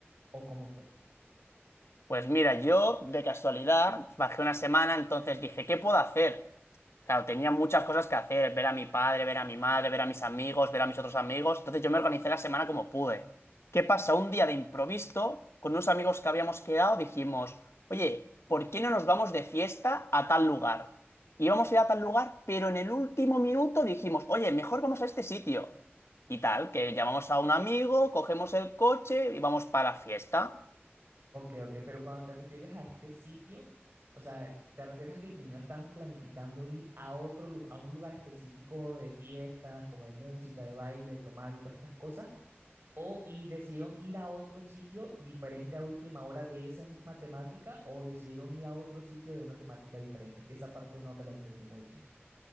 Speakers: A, on the right; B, on the left.
A: ¿O cómo fue?
B: Pues mira, yo de casualidad bajé una semana, entonces dije, ¿qué puedo hacer? Claro, tenía muchas cosas que hacer, ver a mi padre, ver a mi madre, ver a mis amigos, ver a mis otros amigos. Entonces yo me organicé la semana como pude. ¿Qué pasa? Un día de improviso, con unos amigos que habíamos quedado, dijimos, oye, ¿por qué no nos vamos de fiesta a tal lugar? Íbamos a ir a tal lugar, pero en el último minuto dijimos, oye, mejor vamos a este sitio. Y tal, que llamamos a un amigo, cogemos el coche y vamos para la fiesta.
A: Ok, ok, pero cuando te refieres a este sitio, o sea, ¿te refieres a que primero estaban planificando ir a otro lugar, a un lugar específico de fiestas, como de música, de baile, de tomar y todas estas cosas? ¿O y decidieron ir a otro sitio diferente a última hora de esa misma temática? ¿O decidieron ir a otro sitio de una temática diferente? Es que esa parte no te la entendí muy bien.